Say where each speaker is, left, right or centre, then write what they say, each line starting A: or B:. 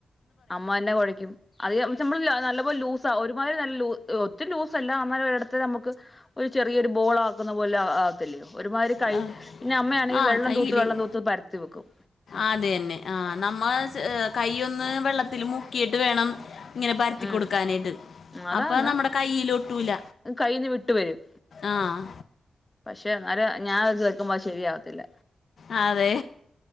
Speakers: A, on the left; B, on the left.
A: അമ്മ തന്നെ കൊഴയ്ക്കും അത് നമ്മള് നല്ല പോല ലൂസാ ഒരുമാതിരി നല്ല ഒത്തിരി ലൂസല്ല എന്നമാതിരി ഒരിടത്ത് നമുക്ക് ഒരു ചെറിയൊരു ബോൾ ആക്കുന്ന പോലെ ആ ത്ത്ല്യോ ഒരുമാതിരി കൈ
B: ആ
A: പിന്നെ അമ്മയാണെങ്കിൽ
B: ആ
A: വെള്ളം
B: കയ്യിൽ
A: തൂത്ത് വെള്ളം തൂത്ത് പരത്തി വെക്കും
B: അത് തന്നെ ആ നമ്മ കയ്യൊന്ന് വെള്ളത്തില് മുക്കിയിട്ട് വേണം ഇങ്ങനെ പരത്തി
A: ഉം
B: കൊടുക്കാനായിട്ട്
A: അതാന്ന്
B: അപ്പൊ നമ്മുടെ കയ്യില് ഒട്ടൂല
A: കയ്യിന്ന് വിട്ട് വരും
B: ആഹ്
A: പക്ഷെ എന്നാലും ഞാൻ അത് വെക്കുമ്പോ അത് ശരിയാവത്തില്ല
B: ആ അതെ